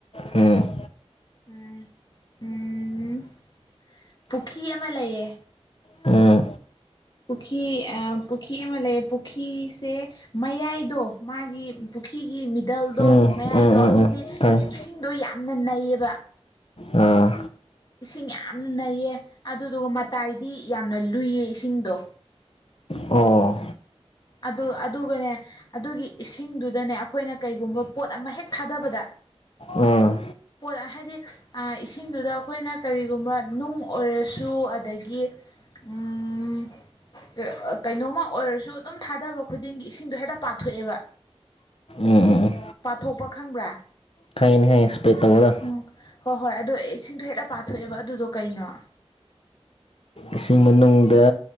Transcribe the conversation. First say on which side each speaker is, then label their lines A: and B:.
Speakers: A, on the left; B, on the left.
A: ꯎꯝ
B: ꯎꯝ ꯎꯝ ꯄꯨꯈꯤ ꯑꯃ ꯂꯩꯌꯦ
A: ꯎꯝ
B: ꯄꯨꯈꯤ ꯑꯥ ꯄꯨꯈꯤ ꯑꯃ ꯂꯩ ꯄꯨꯈꯤꯁꯦ ꯃꯌꯥꯏꯗꯣ ꯃꯥꯒꯤ ꯄꯨꯈꯤꯒꯤ ꯃꯤꯗꯜꯗꯣ
A: ꯎꯝ
B: ꯃꯌꯥꯏꯗꯣ
A: ꯎꯝ
B: ꯑꯗꯨꯗꯤ
A: ꯎꯝ ꯎꯝ ꯈꯪꯉꯦ
B: ꯏꯁꯤꯡꯗꯣ ꯌꯥꯝꯅ ꯅꯩꯌꯦꯕ
A: ꯑꯥ
B: ꯏꯁꯤꯡ ꯌꯥꯝꯅ ꯅꯩꯌꯦ ꯑꯗꯨꯗꯨꯒ ꯃꯇꯥꯏꯗꯤ ꯌꯥꯝꯅ ꯂꯨꯏꯌꯦ ꯏꯁꯤꯡꯗꯣ
A: ꯑꯣ
B: ꯑꯗꯨ ꯑꯗꯨꯒꯅꯦ ꯑꯗꯨꯒꯤ ꯏꯁꯤꯡꯗꯨꯗꯅꯦ ꯑꯩꯈꯣꯏꯅ ꯀꯩꯒꯨꯝꯕ ꯄꯣꯠ ꯑꯃ ꯍꯦꯛ ꯊꯥꯗꯕꯗ <inaudible>
A: ꯑꯥ ꯎꯝ
B: ꯄꯣꯠ ꯍꯥꯏꯗꯤ ꯏꯁꯤꯡꯗꯨꯗ ꯑꯩꯈꯣꯏꯅ ꯀꯔꯤꯒꯨꯝꯕ ꯅꯨꯡ ꯑꯣꯏꯔꯁꯨ ꯑꯗꯒꯤ ꯎꯝ ꯀꯩ ꯀꯩꯅꯣꯃ ꯑꯣꯏꯔꯁꯨ ꯑꯗꯨꯝ ꯊꯥꯗꯕ ꯈꯨꯗꯤꯡꯒꯤ ꯏꯁꯤꯡꯗꯣ ꯍꯦꯛꯇ ꯄꯥꯊꯣꯛꯑꯦꯕ
A: ꯎꯝ ꯎꯝ
B: ꯄꯥꯊꯣꯛꯄ ꯈꯪꯕ꯭ꯔꯥ
A: ꯈꯪꯉꯦꯅꯦ ꯈꯪꯉꯦ ꯏꯁꯄ꯭ꯔꯦꯠ ꯇꯧꯕꯗꯣ
B: ꯎꯝ ꯍꯣꯏ ꯍꯣꯏ ꯑꯗꯣ ꯏꯁꯤꯡꯗꯣ ꯍꯦꯛꯇ ꯄꯥꯊꯣꯛꯑꯦꯕ ꯑꯗꯨꯗꯣ ꯀꯩꯅꯣ
A: ꯏꯁꯤꯡ ꯃꯅꯨꯡꯗ